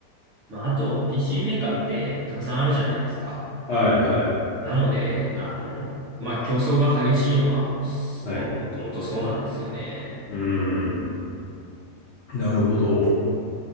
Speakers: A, on the right; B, on the left.
A: まあ、あと、PC メーカーってたくさんあるじゃないですか。
B: はいはい。
A: なので、あの、まあ、競争が激しいのは、
B: はい。
A: も、もともとそうなんですよね。
B: うーん。なるほど。